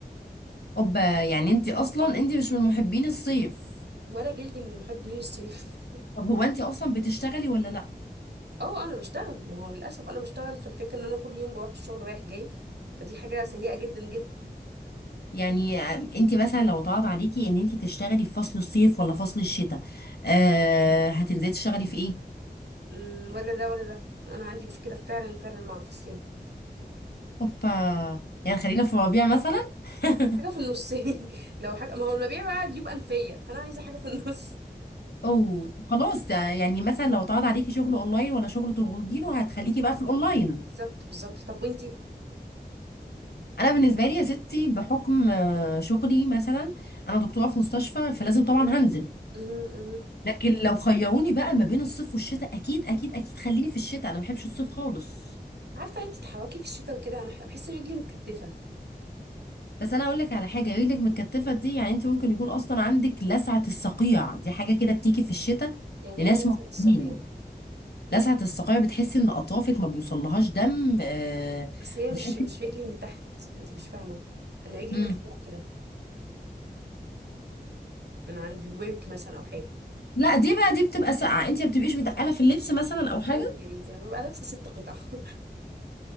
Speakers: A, on the left; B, on the right.
A: اوبا يعني انت اصلا انت مش من محبين الصيف
B: ولا جلدي من محبين الصيف
A: طب هو انت اصلا بتشتغلي ولا لا
B: <laughs> اه انا بشتغل ما هو للاسف انا بشتغل فالفكره ان انا كل يوم بروح الشغل رايح جاي فدي حاجه سيئه جدا جدا
A: يعني انت مثلا لو اتعرض عليكي ان انت تشتغلي في فصل الصيف ولا فصل الشتاء آه هتنزلي تشتغلي في ايه
B: أمم، ولا ده ولا ده انا عندي مشكله فعلا فعلا مع الفصلين
A: اوبا يعني خلينا في الربيع مثلا <laughs>
B: حاجه في النص <laughs> لو حاجه ما هو الربيع بقى يجيب انفيه فانا عايزه حاجه في النص
A: او خلاص يعني مثلا لو اتعرض عليكي شغل اونلاين ولا شغل تخرجي له هتخليكي بقى في الاونلاين
B: <laughs> بالظبط بالظبط طب وانتي
A: انا بالنسبه لي يا ستي بحكم آه، شغلي مثلا انا دكتوره في مستشفى فلازم طبعا
B: مم.
A: هنزل
B: مم، مم.
A: لكن لو خيروني بقى ما بين الصيف والشتاء اكيد اكيد اكيد خليني في الشتاء انا ما بحبش الصيف خالص
B: عارفه انت تتحركي في الشتاء وكده انا ح- بحس رجلي متكتفه
A: بس انا اقول لك على حاجه رجلك متكتفه دي يعني انت ممكن يكون اصلا عندك لسعه الصقيع دي حاجه كده بتيجي في الشتاء
B: يعني
A: لناس
B: ايه لسه هتساقي
A: معينين
B: يعني
A: لسعه الصقيع بتحسي ان اطرافك ما بيوصلهاش دم آه
B: بس هي مش
A: وتحسي
B: مش رجلي من تحت انت مش فاهمه انا رجلي
A: مم.
B: من فوق كده من عند الورك مثلا او حاجه
A: لا دي بقى دي بتبقى ساقعه انت ما بتبقيش متقله في اللبس مثلا او حاجه
B: قال لك يا بنتي لما ببقى لابسه ست قطع <laughs>